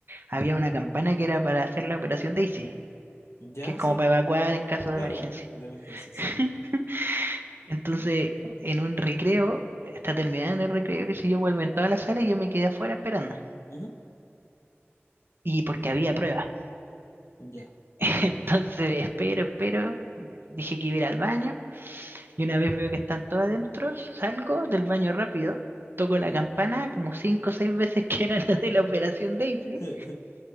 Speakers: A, on the right (about 55°); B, on the left (about 85°).
A: había una campana que era para hacer la operación Daisy,
B: Ya,
A: que es como
B: sí.
A: para evacuar en caso de
B: Claro,
A: emergencia.
B: de emergencia, sí.
A: <laughs> Entonces, en un recreo, está terminando el recreo, que si yo, vuelvo en toda la sala y yo me quedé afuera esperando.
B: Ujú.
A: Y porque había pruebas.
B: Ya.
A: <laughs> Entonces, espero, espero. Dije que iba a ir al baño. Y una vez veo que están todos adentro, salgo del baño rápido, toco
B: ¿Ya?
A: la campana como cinco o seis veces que era la de la operación Daisy.
B: <laughs>